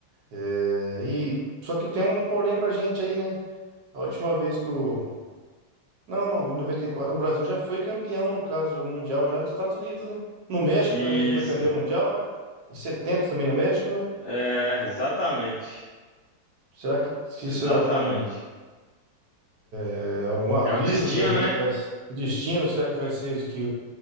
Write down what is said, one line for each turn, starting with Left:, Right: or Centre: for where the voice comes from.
Right: É, e, só que tem um porém pra gente aí, né? A última vez que o. Não, não, em 94 O Brasil já foi campeão, no caso, já mundial, já nos Estados Unidos, né? No México
Left: Isso.
Right: também já foi campeão mundial, né? Em 70 também no México, né?
Left: É, exatamente.
Right: Será que, que
Left: Exatamente.
Right: isso é algum, é algum aviso
Left: É o destino,
Right: pra gente
Left: né?
Right: que vai ser. um Destino, será que vai ser que,